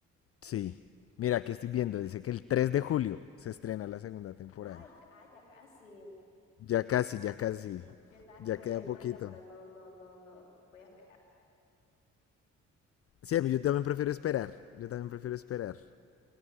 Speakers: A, on the left; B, on the left.
A: Sí. Mira, aquí estoy viendo, dice que el 3 de julio se estrena la segunda temporada.
B: Ah, el- ah, ya casi.
A: Ya casi, ya casi.
B: Yo estaba que
A: Ya
B: me
A: queda
B: veía el
A: poquito.
B: manga, pero no, no, no, no, no, voy a esperar.
A: Sí, a mí yo también prefiero esperar. Yo también prefiero esperar.